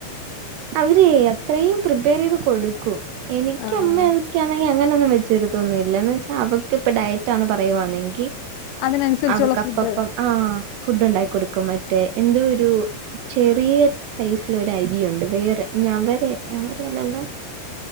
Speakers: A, on the right (about 75°); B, on the left (about 80°).
A: അവരെ അത്രേം പ്രിപ്പയറീത്- കൊടുക്കും, എനിക്കമ്മേ-
B: ആഹ്
A: ക്കാണെങ്കി അങ്ങനൊന്നും വെച്ചരുക്കൊന്നുല്ല, എന്ന് വെച്ചാ അവക്ക് ഇപ്പ ഡയറ്റാന്ന് പറയുവാന്നെങ്കി.
B: അതിനനുസരിച്ചുള്ള
A: അവക്ക്പ്പപ്പം
B: ഫുഡ്
A: ആഹ് ഫുഡുണ്ടായി- കൊടുക്കും, മറ്റേ എന്തോ ഒരു- ചെറിയ സൈസിലൊരരിയുണ്ട്, വേറെ നവരെ നവരല്ലല്ലോ?